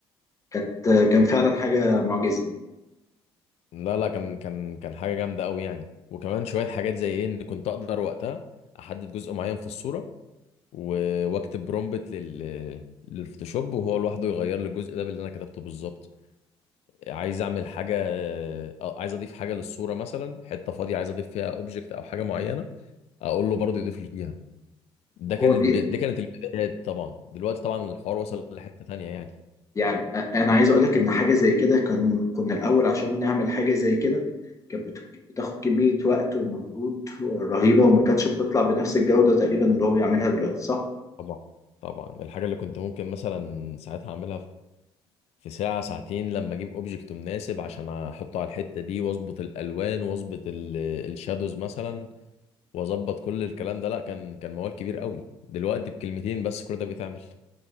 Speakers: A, on the left; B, on the left.
A: كانت كان فعلا حاجة معجزة
B: لا لا كان كان كان حاجه جامده قوي يعني وكمان شويه حاجات زي ايه ان كنت اقدر وقتها احدد جزء معين في الصوره و- واكتب برومبت لل للفوتوشوب وهو لوحده يغير لي الجزء ده باللي انا كتبته بالظبط عايز اعمل حاجه آه، عايز اضيف حاجه للصوره مثلا حته فاضيه عايز اضيف فيها اوبجكت او حاجه معينه اقول له برضه يضيف لي فيها ده
A: هو
B: كانت
A: بي...
B: ب... دي كانت البدايات طبعا دلوقتي طبعا الحوار وصل لحته تانية يعني
A: يعني أ- انا عايز اقول لك ان حاجه زي كده كان كنا الاول عشان نعمل حاجه زي كده كانت بت- بتاخد كميه وقت ومجهود رهيبه وما كانتش بتطلع بنفس الجوده تقريبا اللي هو بيعملها دلوقتي صح
B: طبعا طبعا الحاجه اللي كنت ممكن مثلا ساعتها اعملها في ساعه ساعتين لما اجيب اوبجكت مناسب عشان احطه على الحته دي واظبط الالوان واظبط الشادوز مثلا واظبط كل الكلام ده لا كان كان موال كبير قوي دلوقتي بكلمتين بس كل ده بيتعمل